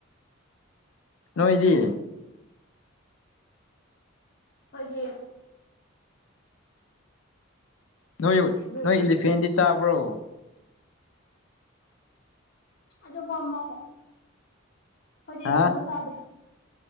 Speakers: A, on the left (about 70°); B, on the left (about 50°).
A: ꯍꯣꯏꯗꯤ
B: ꯑꯩꯈꯣꯏꯒꯤ
A: ꯅꯣꯏ
B: ꯑꯗꯨ
A: ꯅꯣꯏ ꯏꯂꯤꯐꯦꯟꯗꯤ ꯆꯥꯕ꯭ꯔꯣ
B: <unintelligible> ꯈꯣꯏꯗꯤ
A: ꯍꯥ
B: ꯑꯗꯨꯒꯨꯝꯕ ꯆꯥꯗꯦ